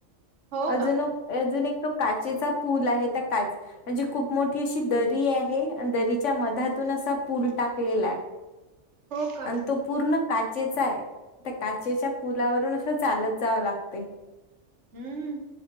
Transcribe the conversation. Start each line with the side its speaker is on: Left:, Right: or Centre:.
Right: हो
Left: अजून
Right: का?
Left: अ अजून एक तो काचेचा पूल आहे, त्या काच म्हणजे खूप मोठी अशी दरी आहे, आणि दरीच्या मधातून असा पूल टाकलेलाय.
Right: हो का?
Left: आणि तो पूर्ण का चेचा आहे, त्या काचेच्या पुलावरून असं चालत जावं लागतंय.
Right: हम्म,